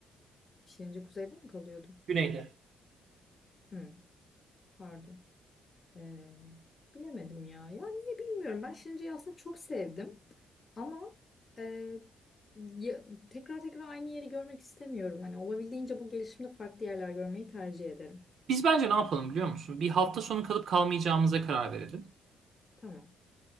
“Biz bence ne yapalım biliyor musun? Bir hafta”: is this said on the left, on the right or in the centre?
Right